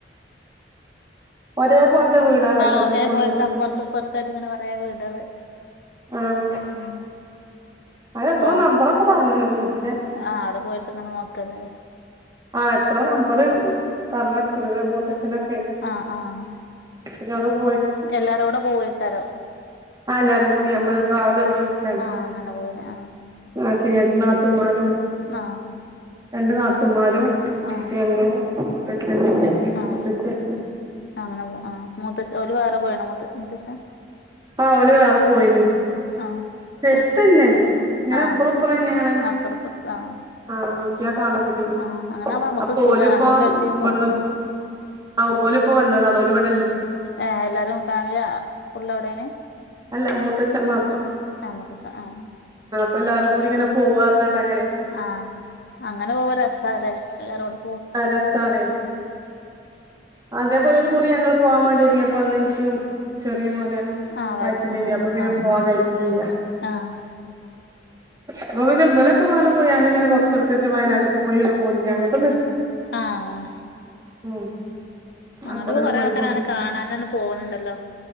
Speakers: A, on the right; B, on the left.
A: ഒരേ പോലത്തെ വീടാണല്ലോ
B: ആഹ്
A: അത്
B: ഒരേ
A: ഫുള്ള്
B: പോല്ത്തെ അപ്പുറത്ത്പ്പുറത്തായിട്ട് ങ്ങനെ കുറേ വീടാള്
A: ആഹ്
B: ഉം ഉം
A: അത് എത്രോ
B: പോ
A: നമ്പറൊക്കെ പറഞ്ഞ്ണ് വീടിന്റെ
B: ആഹ് അവിടെ പോയിട്ട്ങ്ങനെ നോക്കന്നെ
A: ആ എത്ര നമ്പറ് പറഞ്ഞൊടു <unintelligible> മൂത്തച്ഛനൊക്കെ
B: ആഹ് ആഹ്
A: വ്‌ടെ പോയിട്ട്
B: എല്ലാരും കൂടെ പോവേക്കാരോ
A: ആ എല്ലാരും കൂടി നമ്മള് ട്രാവൽ ള്ച്ചാണ്ട്
B: ആഹ് അങ്ങനെ പോവൂലേ ആഹ്
A: അഹ് ശന്യായ്ച്ച നാത്തൂമാരും
B: ആഹ്
A: രണ്ട് നാത്തുമാരും
B: ആഹ്
A: ഞങ്ങളും മൂത്തച്ചൻ
B: ആഹ്
A: മൂത്തച്ചൻ
B: അങ്ങനെ പോ ആഹ് മുത്തശ് ഓല് വേറെ പോയീണോ മൂത്ത മൂത്തച്ഛൻ
A: ആഹ് ഓല് വേറെ പോയിണ്
B: ആഹ്
A: എടുത്തന്നെ ഇങ്ങനെ
B: ആഹ്
A: അപ്പുറം ഇപ്പുറന്നേണ്
B: അപ്പറപ്പുറത്ത് ആഹ്
A: ആഹ് നോക്കിയാ കാണൊക്കെ ചെയ്യും
B: ആഹ് അങ്ങനാവുമ്പോ നമ്മക്ക്
A: അപ്പോല്‌പ്പോ
B: സുഖാണ് നമ്മക്ക് എവിടക്കേലും പോകുമ്പോ
A: വന്ന് ആഹ് ഓലിപ്പ് വന്നതാണ് ഓല് വ്ടെ
B: ഏഹ് എല്ലാരും ഫാമിലി അഹ് ഫുള്ള് അവ്ടേണ്
A: അല്ല മൂത്തച്ഛം മാത്രം
B: ആമൂത്തച്ച ആഹ്
A: പ്പല്ലാരും കൂടിങ്ങനെ പോവാറ്ഞ്ഞാണ്ട്ങ്ങനെ
B: ആഹ് അങ്ങനെ പോവ രസാല്ലേ എല്ലാരോടും
A: അഹ് രസാണേ അതേപോലൊരു കൂറി ഞങ്ങള് പോവാൻ മാണ്ടി യൊരുങ്ങിപ്പോ അന്ന്ൻക്ക് ചെറിയ മോന്
B: ആഹ് വയറ്റിട്ട്ണ്ട്
A: വയറ്റിലേയ്ന് അപ്പൊ പിന്നെ
B: ആഹ്
A: പോവാൻ കഴിഞ്ഞീല്ല
B: ആഹ്
A: അപ്പൊ പിന്നെ ബലൊക്കെ മാണ്ടെ പോയാണ്ടിങ്ങനെ കൊറച്ചട്ക്കറ്റ വയനാടൊക്കെ പോയിങ്ങനെ പോന്നു അങ്ങട്ടൊ
B: ആഹ്
A: ഉം
B: അങ്ങോട്ടു
A: അപ്പൊ അങ്ങനെ
B: കൊറെ
A: പോയി
B: ആൾക്കാരങ്ങനെ
A: പോന്നു
B: കാണാനാർന്ന് പോണ് ണ്ടല്ലോ